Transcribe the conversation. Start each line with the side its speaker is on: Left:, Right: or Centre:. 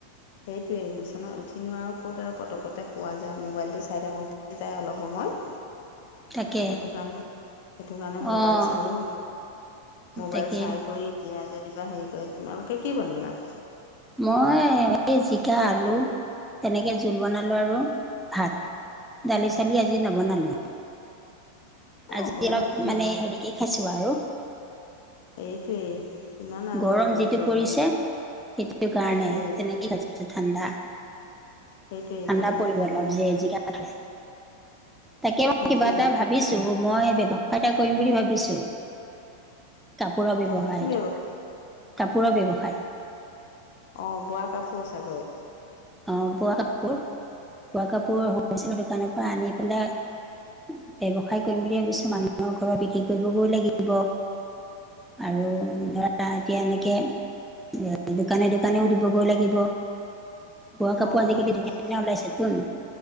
Left: সেইটোৱেই বিচনাত উঠি নোৱাৰো। ক'ত আৰু পটপতে শুৱা যায় মোবাইলটো চাই থাকোঁতে যায় অলপ সময়।
Centre: তাকে
Left: সেইটো কাৰণে- সেইটো কাৰণে মোবাইল
Centre: অ'
Left: চালোঁ মোবাইল
Centre: তাকে
Left: চাই কৰি এতিয়া যেনিবা হেৰি কৰে তোমালোকে কি বনলা?
Centre: মই এই জিকা আলু তেনেকে জোল বনালোঁ আৰু ভাত। দালি -চালি আজি নবনালোঁ।
Left: এ
Centre: আজি
Left: হ'ব
Centre: অলপ
Left: একো
Centre: মানে
Left: নাই
Centre: হেৰিকে খাইছো আৰু।
Left: এইটোৱেই। কিমান আৰু
Centre: গৰম
Left: হেৰি
Centre: যিটো
Left: কৰি
Centre: পৰিছে
Left: মানে
Centre: সেইটোৰ কাৰণে
Left: সেইটোৱে সেইটো
Centre: তেনেকে খাইছোঁ ঠাণ্ডা
Left: সেইটোৱে
Centre: ঠাণ্ডা
Left: সেইটোৱে
Centre: পৰিব অলপ
Left: মানে
Centre: যে জিকা খালে তাকে মই
Left: সেইটোৱে
Centre: কিবা এটা ভাব ভাবিছোঁ মই ব্যৱসায় এটা কৰিম বুলি ভাবিছোঁ। কাপোৰৰ ব্যৱসায়
Left: অঁ কি
Centre: এইটো
Left: ব্যৱসায়
Centre: কাপোৰৰ ব্যৱসায়।
Left: অ, বোৱা কাপোৰ ছাঁগৈ
Centre: অ, বোৱা কাপোৰ -বোৱা কাপোৰ হ'লচেলৰ দোকানৰ পৰা আনি পেলাই ব্যৱসায় কৰিম বুলি ভাবিছোঁ মানুহৰ ঘৰৰত বিক্ৰী কৰিবগৈ লাগিব। আৰু ধৰা এতিয়া এনেকে দিয়া দোকানে-দোকানেওঁ দিবগৈ লাগিব। বোৱা কাপোৰ
Left: অঁ
Centre: আজিকালি
Left: সেইটো
Centre: ধুনীয়া - ধুনীয়া ওলাইছেতোন।